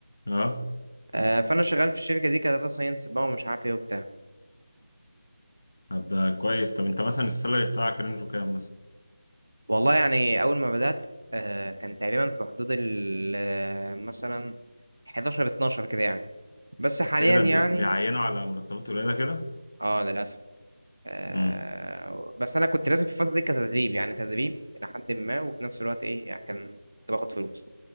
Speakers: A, on the left; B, on the right.
A: اه
B: آه، فانا شغال في الشركه دي كداتا ساينس بقى ومش عارف ايه وبتاع
A: هبدا كويس طب انت مثلا السالري بتاعك رينجو كام مثلا
B: والله يعني أول ما بدأت آه، كان تقريبا في حدود ال آه، مثلا 11 12 كده يعني بس حاليا
A: بس ايه ده
B: يعني
A: بي- بيعينوا على مرتبات قليله كده
B: اه للأسف آه،
A: امم
B: بس أنا كنت لازم في الفترة دي كتدريب يعني تدريب لحد ما وفي نفس الوقت إيه يعني كان كنت باخد فلوس